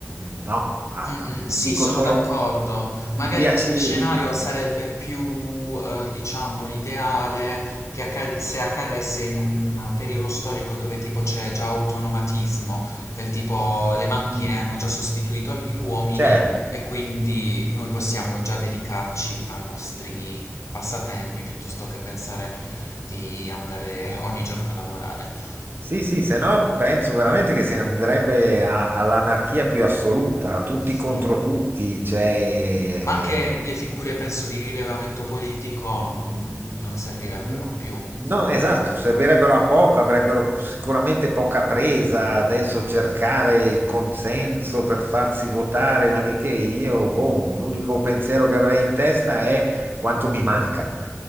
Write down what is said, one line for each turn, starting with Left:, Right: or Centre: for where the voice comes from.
Right: mm, no, a-
Left: Mh-mh,
Right: a- dico
Left: sì, sono
Right: solo
Left: d'accordo. Magari
Right: i piaceri,
Left: questo scenario
Right: ma...
Left: sarebbe più, ehm, diciamo, l'ideale che acca se accadesse in un periodo storico dove tipo c'è già autonomatismo, del tipo le macchine
Right: Mm.
Left: hanno già sostituito gli uomini
Right: Certo,
Left: e quindi noi possiamo già dedicarci ai nostri passatempi piuttosto che pensare di andare ogni giorno a lavorare.
Right: sì, sì, se no penso veramente che si andrebbe a- all'anarchia più assoluta, a tutti
Left: Mh.
Right: contro tutti, cioè,
Left: Ma anche le figure, penso, di rilevamento politico non, non servirebbero
Right: Mm,
Left: più.
Right: No, esatto, servirebbero a poco, avrebbero sicuramente poca presa. Adesso cercare il consenso per farsi votare, ma di che io, boh, l'unico pensiero che avrei in testa è quanto mi manca,